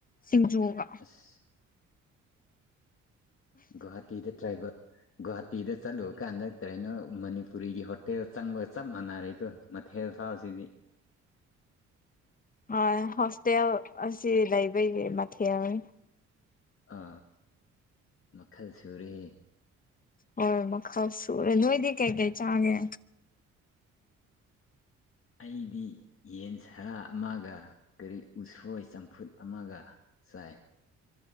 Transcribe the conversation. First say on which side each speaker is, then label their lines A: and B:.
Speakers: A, on the left; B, on the left.
A: ꯁꯤꯡꯖꯨꯒ꯫
B: ꯑꯁ ꯒꯨꯍꯥꯇꯤꯗ ꯇ꯭ꯔꯥꯏꯕ꯫ ꯒꯨꯍꯥꯇꯤꯗ ꯆꯠꯂꯨ ꯀꯥꯟꯗ ꯀꯔꯤꯦꯅꯣ ꯃꯅꯤꯄꯨꯔꯤꯒꯤ ꯍꯣꯇꯦꯜ ꯆꯪꯕꯒ ꯆꯞ ꯃꯥꯟꯅꯔꯦꯀꯣ꯫ ꯊꯦꯠ ꯊꯥꯁꯤꯗꯤ꯫
A: ꯍꯣꯏ ꯍꯣꯁꯇꯦꯜ ꯑꯁꯤ ꯂꯩꯕꯩꯒꯤ ꯃꯊꯦꯜꯅꯤ
B: ꯥ ꯃꯈꯜ ꯁꯔꯤ꯫
A: ꯍꯣꯏ ꯃꯈꯜ ꯁꯨꯔꯦ ꯅꯣꯏꯗꯤ ꯀꯩ ꯀꯩ ꯆꯥꯒꯦ꯫
B: ꯑꯩꯗꯤ__ ꯌꯦꯟ ꯁꯥ ꯑꯃꯒ ꯀꯔꯤ ꯎꯁꯣꯏ ꯆꯝꯐꯨꯠ ꯑꯃꯒ ꯆꯥꯏ꯫